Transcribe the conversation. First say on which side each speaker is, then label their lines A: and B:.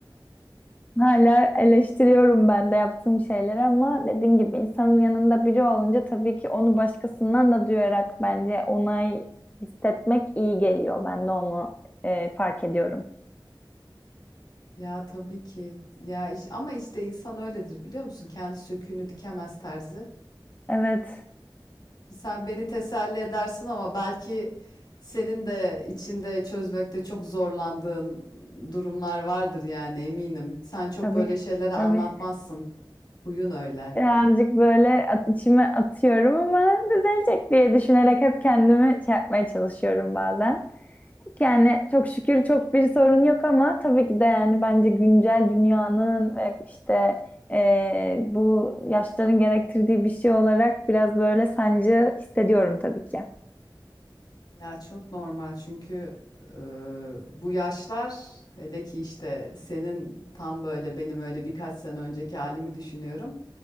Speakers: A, on the left (about 20°); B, on the left (about 55°).
A: <laughs> hala eleştiriyorum ben de yaptığım şeyleri ama dediğin gibi insanın yanında biri olunca tabii ki onu başkasından da duyarak bence onay hissetmek iyi geliyor. Ben de onu e, fark ediyorum.
B: Ya tabii ki. Ya iş- ama işte insan öyledir biliyor musun? Kendi söküğünü dikemez terzi.
A: Evet,
B: Sen beni teselli edersin ama belki senin de içinde çözmekte çok zorlandığın durumlar vardır yani eminim. Sen çok
A: tabii,
B: böyle şeyleri anlatmazsın.
A: tabii.
B: Huyun öyle.
A: Birazcık böyle at- içime atıyorum ama düzelecek diye düşünerek hep kendimi şey yapmaya çalışıyorum bazen. Yani çok şükür çok bir sorun yok ama tabii ki de yani bence güncel dünyanın ve işte eee, bu yaşların gerektirdiği bir şey olarak biraz böyle sancı hissediyorum tabii ki.
B: Ya çok normal çünkü e, bu yaşlar hele ki işte senin tam böyle benim öyle birkaç sene önceki halimi düşünüyorum.